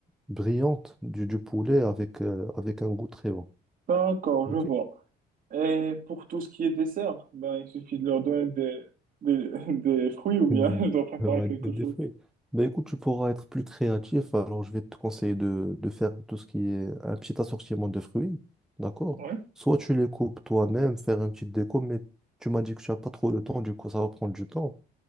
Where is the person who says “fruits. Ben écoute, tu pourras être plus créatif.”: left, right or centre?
Centre